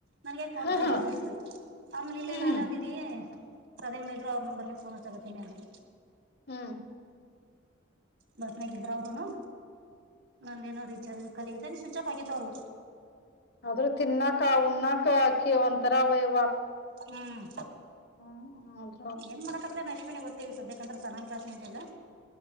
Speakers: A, on the right; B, on the left.
A: ನನ್ಗೆ ಫೋನ್ಚ್ಚರಿ
B: ಹ್ಮ್
A: ರಜು ಆಮೇಲೆ ಇಲ್ಲೇ
B: ಹ್ಮ್
A: ನಾನದೀಿನಿ
B: ಹ್ಮ್
A: ಸದವಣ್ಣ ಇದ್ರು ಅವ್ರ ನಂಬರ್ಲ್ಲ ಫೋನ್ ಹತ್ತಕತೀನ ಅಂದರು
B: ಹ್ಮ್
A: ಬಸ್ನಾಗ ಇದ್ರ ಅವರುನು ನಂದ ನೋ ರೀಚರ್ ಕಲಗಿತ ಸ್ವಿಚ್ ಆಫ್ ಆಗೈತೆ ಅವ್ರ
B: ಆದ್ರೂ ತಿನ್ನಾಕ್ ಉಣ್ಣಕ್ ಅಕಿ ಒಥರ ವಯ್
A: ಹ್ಮ್
B: ಹ್ಮ ಹ
A: ಏನ್ ಮಾಡಕಪ್ಲ ಅಶ್ವಿನಿ ಗೊತ್ತೇವಿ ಸದ್ಯಕಂತ ಸನನ್ ಕ್ಾಸ್ ನಿಂಂತೆಲ್ಲ